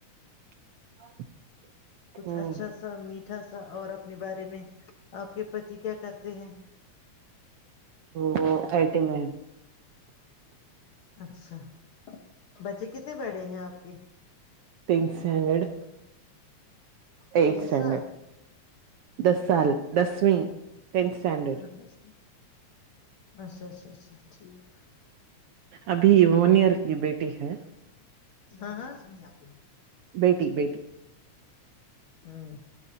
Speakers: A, on the right; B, on the left.
A: <inaudible>
B: کچھ
A: ہ
B: اچھا سا میٹھا سا اور اپنے بارے میں آپ کے پتی کیا کرتے ہیں
A: وہ آئی ٹی میں ہے
B: اچھا بچے کتنے بڑے ہیں آپ کے
A: تین اسٹینڈرڈ ایٹ
B: تین
A: اسٹینڈرڈ
B: سال
A: دس سال دسویں ٹینتھ اسٹینڈرڈ
B: <unintelligible> اچھا اچھا اچھا ٹھیک
A: ابھی ون ایئر کی بیٹی ہے
B: ہاں ہاں ہم آپ
A: بیٹی بیٹی
B: ہاں